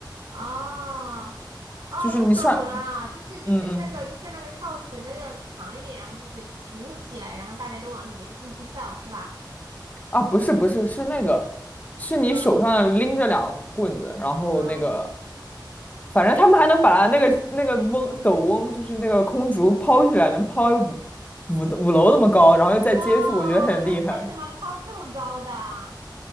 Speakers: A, on the right; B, on the left.
A: 哦，哦，
B: 就是你上，
A: 我懂了，就是就是那个，
B: 嗯嗯
A: 就像那个跳水那要长一点，然后就是鼓起来，然后大家都往里面进去跳，是吧？
B: 啊，不是不是是那个，是你手上拎着两个棍子，
A: 啊
B: 然后那个
A: 啊，
B: 反正他们还能把那个那个翁斗翁，就是那个空竹抛起来，能抛五五五楼那么高，然后又再接住，
A: 哇，
B: 我觉得很厉害。
A: 那他怎么抛这么高的啊？